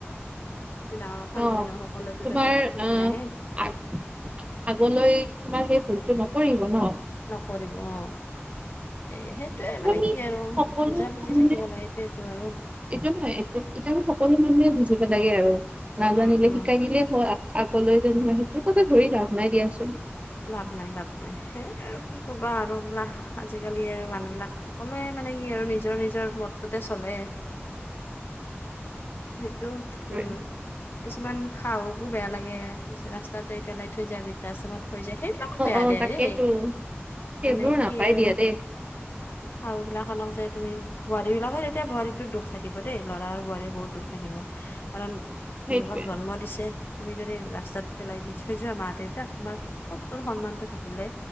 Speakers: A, on the left; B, on the right.
A: হেইটো ডাঙৰ কথা
B: অ
A: নহয় ন সকলোৱতো
B: তোমাৰ
A: পেটতে শিকি
B: আহ
A: নাহে।
B: আগ আগলৈ তোমাৰ সেই ভুলতটো নকৰিব ন।
A: নকৰিব অ' সেই সেইটোয়ে
B: ত
A: মানে
B: আমি
A: কি আৰু
B: সকলো
A: বুজা বুজি
B: মানুহে
A: থাকিব লাগে এইটোয়টো আৰু।
B: এইটো নহয় এতিয়া আ সকলো মানুহে বুজিব লাগে আৰু। নাজানিলে
A: উম উম
B: শিকাই নিলেই হয় আগলৈ যেনহ স তোক কথাক ধৰি লাভ নাই দিয়াচোন।
A: লাভ নাই, লাভ নাই, সেই আৰু কি ক'বা আৰু এইলা আজিকালি মানুহ বিলাক সকলোৱে মানে কি আৰু নিজৰ নিজৰ মতটোতে চলে। সেইটো উম,
B: অ
A: কিছুমান সাহকো বেয়া লাগে। দে পিছ ৰাস্তাতে পেলাই থৈ যায় বৃদ্ধাশ্ৰমত। থ যায় সেইবিলাকো বেয়া
B: অ
A: দে
B: তাকেতো
A: এই
B: সেইবোৰ
A: মানে কি
B: নাপাই
A: আৰু
B: দিয়া দেই
A: আৰু বিলাকখনক যে তুমি বোৱাৰী বিলাকে যেতিয়া বোৱাৰীতত দুখ থাকিব দেই ল'ৰা আৰু বোৱাৰীৰ বহুত দুখ থাকিব। কাৰণ
B: সেইটোৱে
A: তোমাক জন্ম দিছে। তুমি যদি ৰাস্তাত পেলাই দি থৈ যোৱা মা দেউতাক তোমাক। ক'ত তোৰ সন্মানটো থাকিলে।